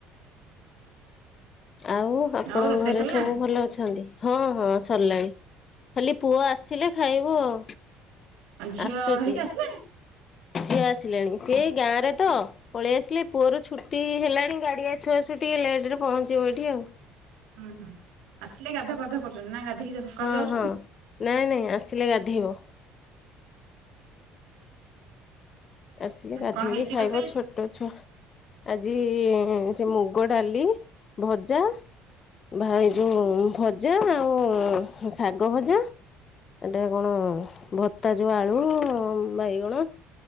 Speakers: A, on the left; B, on the right.
A: ଆଉ ଆପଣଙ୍କ
B: ଆଉ ରୋଷେଇ
A: ଘରେ
B: ସରିଲାଣି
A: ସବୁ ଭଲ ଅଛନ୍ତି ହଁ ହଁ ସଲାଣି ଖାଲି ପୁଅ ଆସିଲେ ଖାଇବୁ ଆଉ
B: ଆଉ ଝିଅ
A: ଆସୁଛି।
B: ହେରିକି ଆସିଲାଣି
A: ଝିଅ ଆସିଲେଣି ସେଇ ଗାଁରେ ତ ପଳେଇ ଆସିଲେ ପୁଅର ଛୁଟି ଟି ହେଲାଣି ଗାଡ଼ି ଆସୁ ଆସୁ ଟିକେ ଲେଟେ ରେ ପହଞ୍ଚିବ ଏଇଠି ଆଉ
B: ଉୁଁ ହୁଁ ଆସିଲେ ଗାଧ ଫାଧ କରୁଛନ୍ତି ନା ଗାଧୋଇକି ସ ସକାଳୁ
A: ହଁ
B: ଯାଉଛନ୍ତି।
A: ହଁ ନାଇଁ ନାଇଁ ଆସିଲେ ଗାଧୋଇବ ଆସିଲେ ଗାଧୋଇକି
B: କଣ ହେଇଛି
A: ଖାଇବ
B: ରୋଷେଇ?
A: ଛୋ ଟ ଛୁଆ ଆଜି ସେ ମୁଗ ଡାଲି ଭଜା ଭାଇ ଏଇ ଯୋଉ ଭ ଜା ଆଉ ଶାଗ ଭଜା ଏଟା କଣ ଭତ୍ତା ଯଉ ଆଳୁ ବାଇଗଣ